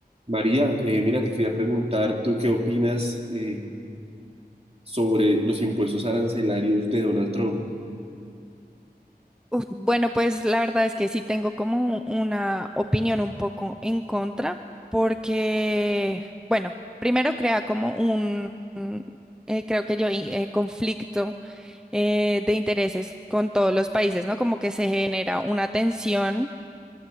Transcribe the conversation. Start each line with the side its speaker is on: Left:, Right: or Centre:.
Right: María, eh, mira, te quería preguntar, ¿tú qué opinas eh, sobre los impuestos arancelarios de Donald Trump?
Centre: Uf, Bueno, pues la verdad es que sí tengo como una opinión un poco en contra, porque, bueno, primero crea como un, un, eh, creo que yo, y- eh, conflicto eh, de intereses con todos los países, ¿no? Como que se genera una tensión